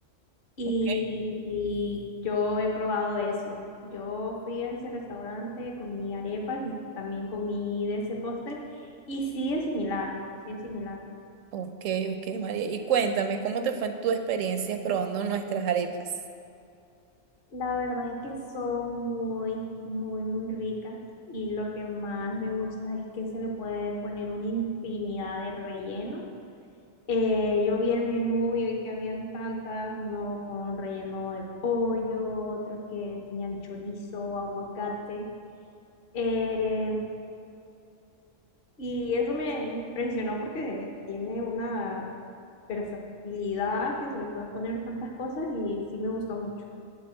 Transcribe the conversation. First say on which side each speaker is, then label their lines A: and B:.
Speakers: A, on the left (about 45°); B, on the right (about 75°).
A: y,
B: Ok.
A: y yo he probado eso. Yo fui a ese restaurante, comí arepas y también comí de ese postre y sí es similar, sí es similar.
B: Ok, ok, María. Y cuéntame, ¿cómo te fue tu experiencia probando nuestras arepas?
A: La verdad es que son muy, muy, muy ricas y lo que más me gusta es que se le puede poner una infinidad de relleno. Eh, yo vi el menú y vi que habían tantas, uno con relleno de pollo, otros que tenían chorizo, aguacate. eh, y eso me impresionó porque tiene una versatilidad que se le pueden poner tantas cosas y sí me gustó mucho.